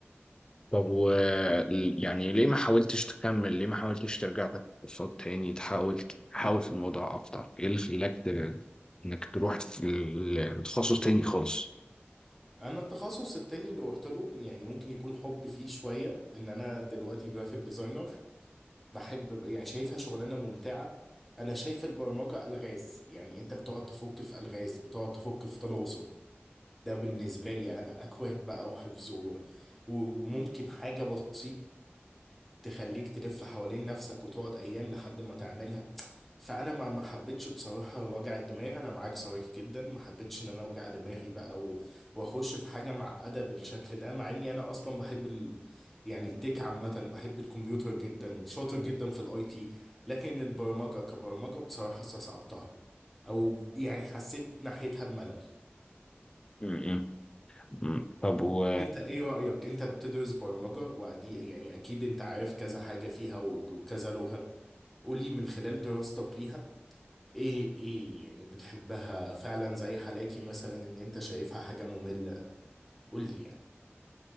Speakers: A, on the left; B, in the centre.
A: طب و يعني ليه ما حاولتش تكمل ليه ما حاولتش ترجع تاخد كورسات تاني تحاول تحاول في الموضوع اكتر ايه اللي خلاك ت... انك تروح في ال- تخصص تاني خالص
B: انا التخصص التاني اللي روحت له يعني ممكن يكون حب فيه شويه ان انا دلوقتي جرافيك ديزاينر بحب يعني شايفها شغلانه ممتعه انا شايف البرمجه الغاز يعني انت بتقعد تفك في الغاز بتقعد تفك في طلاسم ده بالنسبه لي انا اكواد بقى وحفظ و- و- وممكن حاجه بسيطه تخليك تلف حوالين نفسك وتقعد ايام لحد ما تعملها فانا ما ما حبيتش بصراحه وجع الدماغ انا معاك صريح جدا ما حبيتش ان انا اوجع دماغي بقى و... واخش في حاجه معقده بالشكل ده مع اني انا اصلا بحب ال... يعني التك عامه بحب الكمبيوتر جدا شاطر جدا في الاي تي لكن البرمجه كبرمجه بصراحه استصعبتها او يعني حسيت ناحيتها بملل
A: مم. مم. طب و
B: انت ايه رأيك انت بتدرس برمجة وعدي يعني اكيد انت عارف كذا حاجة فيها و- وكذا لغة قول لي من خلال دراستك ليها ايه ايه يعني بتحبها فعلا زي حالاتي مثلا ان انت شايفها حاجة مملة قول لي يعني